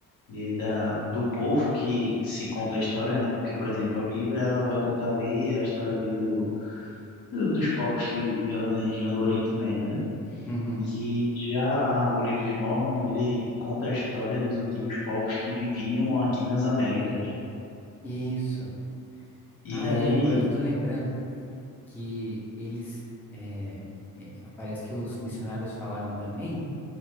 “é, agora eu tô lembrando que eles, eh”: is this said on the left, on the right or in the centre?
Centre